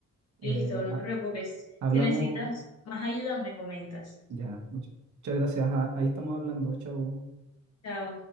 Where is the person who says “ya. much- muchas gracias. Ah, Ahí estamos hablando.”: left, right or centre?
Right